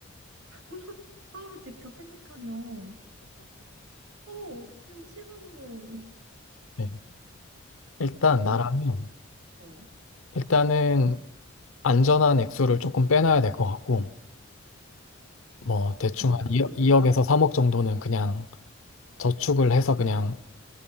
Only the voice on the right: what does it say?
<laughs> 서울 집값 생각하면 어, 지금 10억으로
뭐
할 거?
뭐를
위해서?